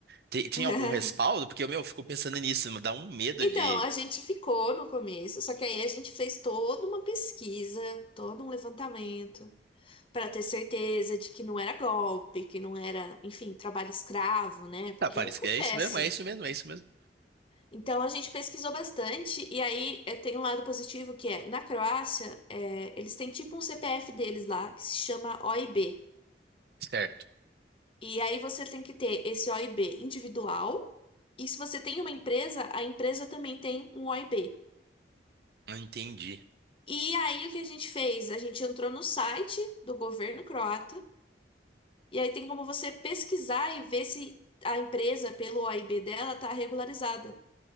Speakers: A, on the right; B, on the left.
A: Tem, tem
B: <laughs>
A: algum respaldo? Porque, meu, eu fico pensando nisso, me dá um medo
B: Então,
A: de.
B: a gente ficou no começo, só que aí a gente fez toda uma pesquisa, todo um levantamento, para ter certeza de que não era golpe, que não era, enfim, trabalho escravo, né? Porque
A: Ah, Paris,
B: acontece.
A: é isso mesmo, é isso mesmo, é isso mesmo.
B: Então, a gente pesquisou bastante, e aí eh, tem um lado positivo que é, na Croácia, eh, eles têm tipo um CPF deles lá, que se chama OIB.
A: Certo.
B: E aí você tem que ter esse OIB individual. E se você tem uma empresa, a empresa também tem um OIB.
A: Entendi.
B: E aí o que a gente fez? A gente entrou no site do governo croata. E aí tem como você pesquisar e ver se a empresa, pelo OIB dela, está regularizada.